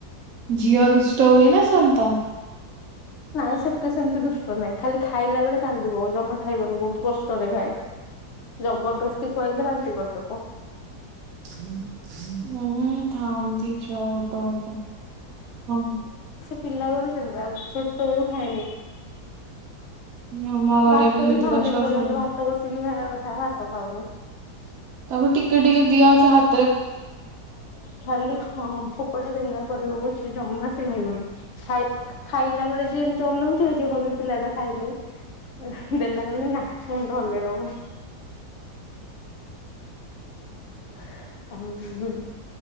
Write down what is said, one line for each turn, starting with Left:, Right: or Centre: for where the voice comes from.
Right: ଜିଅ ଦୁଷ୍ଟ ହୁଏ ନା ସନ୍ତ?
Left: ନାଇଁ ସେତେ ସେମତି ଦୁଷ୍ଟ ନାଇଁ। ଖାଲି ଖାଇଲା ବେଳେ କାନ୍ଦିବଉ ଜମା ଖାଇବନି। ବହୁତ କଷ୍ଟରେ ଖାଏ। ଜବରଦସ୍ତି ଖୁଆଇଲେ ବାନ୍ତି କରିଦବ।
Right: ହୁଁ ଥାନ୍ତି ଛୁଆ ଗୋଟେ ଗୋଟେ
Left: ପିଲାବେଳୁ ସେମ୍ ଛୋଟବେଳୁ ଖାଏନି।
Right: ଆମ ଘରେ
Left: ଭାତ
Right: ବି ଯେତିକି
Left: ଖାଉନି
Right: ଛୁଆ
Left: ଏପର୍ଯ୍ୟନ୍ତ
Right: ସବୁ
Left: ଭାତ ବସିକି ଖାଇବା କଥା ହାତ ଖାଉନ। <inaudible>
Right: ତାକୁ ଟିକେ ଟିକେ ଦିଆସେ ହାତ
Left: ଖାଲି ହଁ ଫୋକଡ଼ା ଫେଙ୍ଗା କରିବ ବ ଜମା ସେ ଖାଇବନି ଖାଇ ଖାଇଲା ବେଳେ ଯ ଏମିତି ଅନଉଥିବ ଯ ଭାବିବ ପିଲାଟା ଖାଇନି ଦେଲା ମ ନା ମୁଣ୍ଡ ଭଲେଇ ଦବ <inaudible> <inaudible> ହଁ ହ ହୁଁ